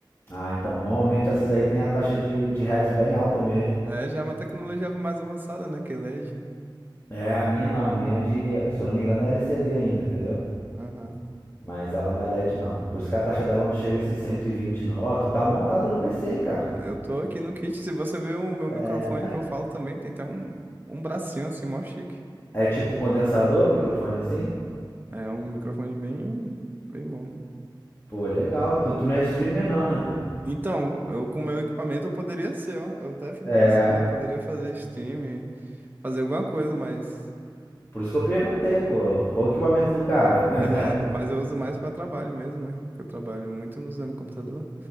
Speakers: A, on the left; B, on the right.
A: Ah, então. Normalmente essas aí tem a taxa de, de hertz bem alta mesmo.
B: É, já é uma tecnologia mais avançada, né? QLED.
A: É, a minha não. A minha é de. Se eu não me engano, é LCD ainda, entendeu?
B: Aham.
A: Mas ela não é LED, não. Por isso que a taxa dela não chega a esses 120 não. Ó, tu tá montado no PC, hein, cara?
B: Eu tô aqui no kit. Se você ver o meu
A: É
B: microfone que eu falo também, tem até um, um bracinho assim, mó chique.
A: é tipo um condensador, microfone assim?
B: É um microfone bem, bem bom.
A: Pô, legal. Tu, tu não é streamer, não, né, pô?
B: Então, eu com o meu equipamento eu poderia ser, ó. Eu até fico
A: É.
B: pensando, eu poderia fazer stream, fazer alguma coisa, mas.
A: Por isso que eu perguntei, pô. Foi o equipamento do cara.
B: <laughs>
A: <laughs>
B: é, mas eu uso mais pra trabalho mesmo, né? Que eu trabalho muito usando computador.